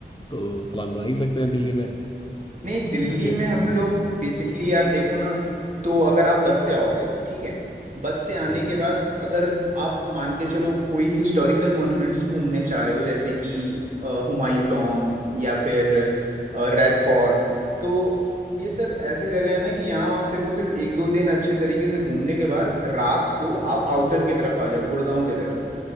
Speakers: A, on the left; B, on the right.
A: तो प्लान बना ही सकते हैं दिल्ली में
B: नहीं दिल्ली
A: जैसे
B: में हम लोग बेसिकली यार देखो ना तो अगर आप बस से आओगे ठीक है बस से आने
A: हम्म
B: के
A: हम्म,
B: बाद अगर आप मान के चलो कोई हिस्टोरिकल मॉन्यूमेंट्स घूमने चाह रहे हो जैसे कि अ, हुमायूं टॉम या फिर अ, रेड फोर्ट तो ये सब ऐसे जगह है ना कि यहाँ आप सिर्फ और सिर्फ एक दो दिन अच्छे तरीके से घूमने के बाद रात को आप आउटर की तरफ आ जाओ गुड़गांव की तरफ